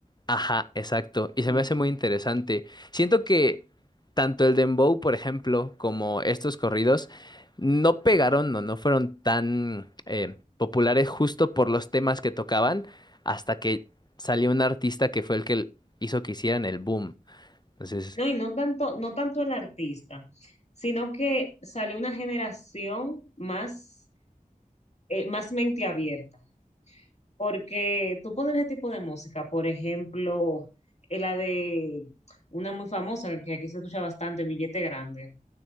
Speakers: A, on the left; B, on the left.
A: Ajá, exacto. Y se
B: Sí.
A: me hace muy interesante. Siento que tanto el Dembow, por ejemplo, como estos corridos no pegaron o no fueron tan eh, populares justo por los temas que tocaban hasta que salió un artista que fue el que hizo que hicieran el boom. Entonces,
B: No, y no tanto, no tanto el artista, sino que salió una generación más, eh, más mente abierta. Porque tú pones ese tipo de música, por ejemplo, eh, la de una muy famosa que aquí se escucha bastante, Billete Grande.